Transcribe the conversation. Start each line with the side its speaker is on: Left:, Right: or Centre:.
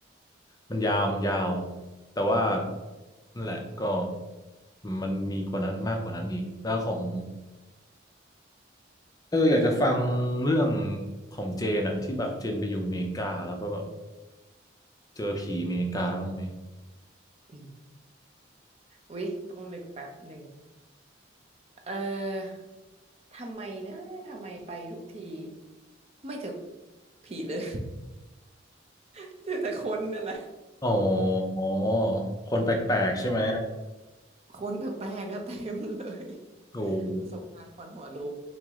Left: มันยาวมันยาวแต่ว่านั่นแหละก็มันมีกว่านั้นมากกว่านั้นอีกแล้วของเอออยากจะฟังเรื่องของเจนอะที่แบบเจนไปอยู่อเมริกาแล้วก็แบบ เจอผีอเมริกาบ้างไหม
Right: อืมอุ๊ย ต้องนึกแป๊บหนึ่ง เออ ทำไมนะทำไมไปทุกทีไม่เจอผีเลย <laughs> เจอแต่คนนั่นแหละ
Left: อ๋ออ๋อคนแปลกๆใช่ไหม
Right: คนแปลกๆก็เต็มเลย
Left: โอ้โห
Right: ประสบการณ์คนหัวลุก